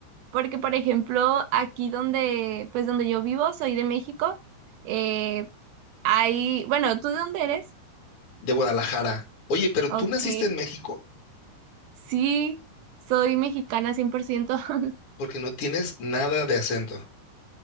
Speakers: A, on the right; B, on the left.
A: Porque, por ejemplo, aquí donde, pues donde yo vivo, soy de México, eh, hay, bueno, ¿tú de dónde eres?
B: de Guadalajara. Oye, pero
A: Ok,
B: tú naciste en México
A: sí, soy mexicana cien por ciento <laughs>
B: porque no tienes nada de acento.